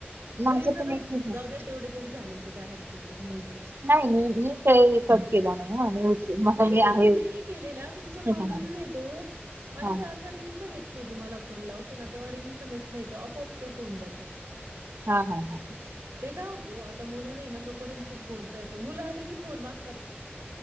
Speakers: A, on the right; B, on the right.
A: माझं
B: बर चला
A: पण एक मिनिट.
B: जाऊ द्या तेवढे जरी झाले तर काय हरकत आहे नाहीपेक्षा
A: नाही मी काहीच केला नाही मला
B: नाही नाही
A: मी
B: नाही
A: आहे
B: तुम्ही नाही केलेला तुमचा
A: हा
B: प्रॉब्लेम
A: हा
B: नाही तो मला
A: हा
B: तर आ ता रिंग पण येत नाही तुम्हाला फोन लावते ना तेव्हा रिंग पण येत नाही ऑफ ऑफ कट होऊन जातो
A: हा हा हा
B: ते काय होतो आता मुलं नाही ना तोपर्यंतच बोलता येतं मुलं आले की फोन मागतात